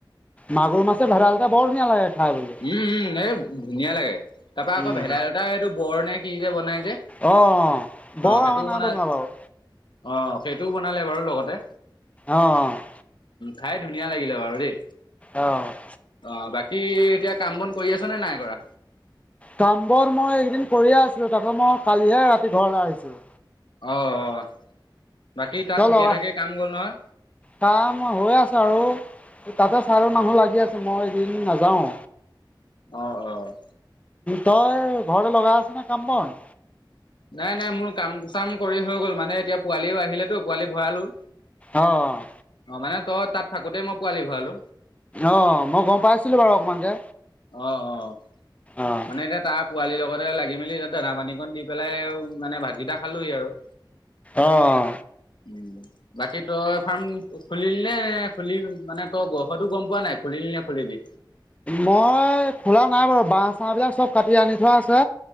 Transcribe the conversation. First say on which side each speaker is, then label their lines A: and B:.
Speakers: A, on the left; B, on the left.
A: মাগুৰ মাছে ভেদাইলতা বৰ ধুনীয়া লাগে খাই বুলি
B: উম উম, এই ধুনীয়া লাগে। তাৰপা আকৌ
A: উম
B: ভেদাইলতা এইটো বৰ নে কি যে বনাই। যে
A: অ বৰ
B: অ সেইটোও
A: আমাৰ না
B: বনাই
A: বনোৱা বাৰু
B: অ' সেইটোও বনালে বাৰু লগতে।
A: অ' অ'।
B: খাই ধুনীয়া লাগিলে বাৰু দেই।
A: অ'।
B: অ বাকী, এতিয়া কাম বন কৰি আছ নে নাই কৰা?
A: কাম বন মই এইকেইদিন কৰিয়ে আছিলো তাৰপাছত মই কালিহে ৰাতি ঘৰলে আহিছো
B: অ' অ'। বাকী তাত
A: ত
B: ঠিকে
A: লগা
B: থাকে কাম গ'ল নহয়
A: কাম হৈ আছো আৰু তাতে চাৰ মানুহ লাগি আছে, মই এইকেইদিন নাযাও।
B: অ' অ'।
A: তই ঘৰতে লগাই আছ নে কাম-বন।
B: নাই নাই, মোৰ কাম চাম কৰি হৈ গ'ল মানে এতিয়া পোৱালিও আহিলেতো পোৱালি ভৰালো।
A: অ' অ।
B: অ' মানে তই তাত থাকোতেই মই পোৱালি ভৰালো।
A: অ' মই গম পাইছিলো বাৰু অকমানকে।
B: অ' অ'
A: অ'
B: মানে, এতিয়া তাৰ পোৱালিৰ লগতে লাগি মেলি তাত দানা পানী কণ দি পেলাই মানে ভাতকেইটা খালোহি আৰু
A: অহ
B: উ বাকী তই ফাৰ্ম খুলিলিলে খুলি মানে তই গ হয়তো গম পোৱা নাই খুলিল লে খুলিবি।
A: মই খোলা নাই বাৰু, বাহ চাহবিলাক চব কাটি আনি থোৱা আছে।